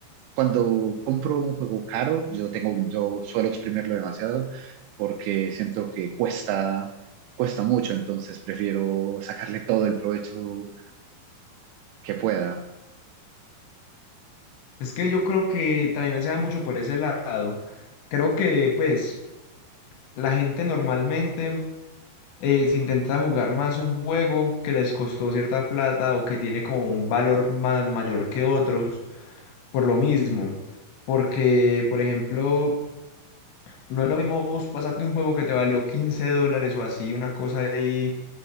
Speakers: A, on the right; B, on the left.
A: cuando compro un juego caro, yo tengo, yo suelo exprimirlo demasiado porque siento que cuesta, cuesta mucho, entonces prefiero sacarle todo el provecho que pueda.
B: Es que yo creo que también me se da mucho por ese lado. Creo que pues la gente normalmente eh, se intenta jugar más un juego que les costó cierta plata o que tiene como un valor ma- mayor que otros por lo mismo. Porque, por ejemplo, no es lo mismo vos pasarte un juego que te valió 15 dólares o así, una cosa ahí